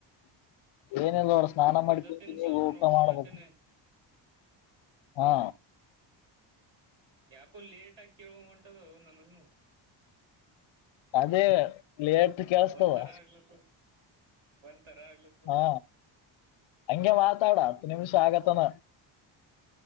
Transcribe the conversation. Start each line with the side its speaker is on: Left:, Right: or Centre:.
Left: ಏನೆಲ್ಲಾ ವರ್ ಸ್ನಾನ ಮಾಡಿ
Right: ಓದತ್ತೇನ್
Left: ಕೂತಿದೀನಿ
Right: ಸ್ವಲ್ಪ
Left: ಈಗ್ ಊಟ
Right: ನೋಡ್ಕೊಲತ್ತೇನೆ
Left: ಮಾಡ್ಬೇಕು ಹಾ.
Right: ಹ್ಮ್ ಯಾಕೋ ಲೇಟ್ ಆಗಿ ಕೇಳುವ ಹೊಂಟದ್ ನಮಗ
Left: ಅದೇ ಲೇಟ್ ಕೇಳಸ್ತಾವ.
Right: ಒಂತರ ಆಗ್ಲತ್ತದ ಒಂತರ ಆಗ್ಲಿ
Left: ಹಾ ಹಂಗೆ ಮಾತಾಡ ಹತ್ತು ನಿಮಿಷ ಆಗತ್ತನ.